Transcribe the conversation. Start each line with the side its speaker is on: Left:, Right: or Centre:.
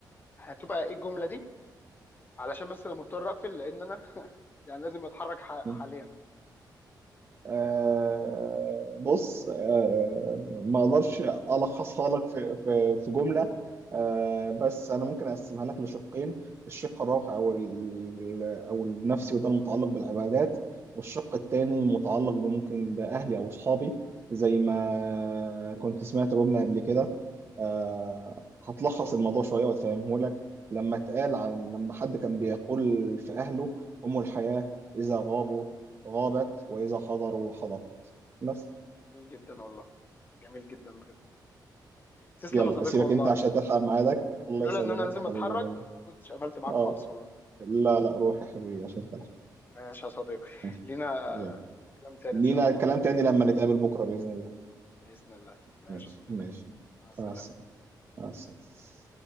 Left: هتبقى ايه الجمله دي علشان بس انا مضطر اقفل لان انا <laughs> يعني لازم اتحرك ح-
Right: م.
Left: حاليا
Right: آه، بص آه، ما اقدرش الخصها لك في في في جمله آه، بس انا ممكن اقسمها لك لشقين الشق الروحي او ال- او النفسي وده المتعلق بالعبادات والشق التاني متعلق بممكن باهلي او اصحابي زي ما كنت سمعت جمله قبل كده آه، هتلخص الموضوع شويه وتفهمه لك لما اتقال عن لما حد كان بيقول في اهله هم الحياه اذا غابوا غابت وإذا حضروا حضرت بس
Left: جميل جدا والله جميل جدا بجد تسلم
Right: يلا
Left: يا صديقي
Right: أسيبك
Left: والله
Right: أنت عشان تلحق ميعادك الله
Left: لولا
Right: يسلمك
Left: ان انا لازم
Right: يا حبيبي
Left: اتحرك
Right: لا
Left: ما كنتش قفلت معاك
Right: آه
Left: خالص والله
Right: لا لا روح يا حبيبي عشان تلحق
Left: ماشي يا صديقي
Right: ماشي.
Left: لينا
Right: يلا
Left: كلام تاني
Right: لينا
Left: ان شاء الله
Right: كلام تاني لما نتقابل بكرة بإذن الله
Left: باذن الله ماشي
Right: ماشي
Left: يا صديقي
Right: ماشي
Left: مع السلامه
Right: مع السلامة مع السلامة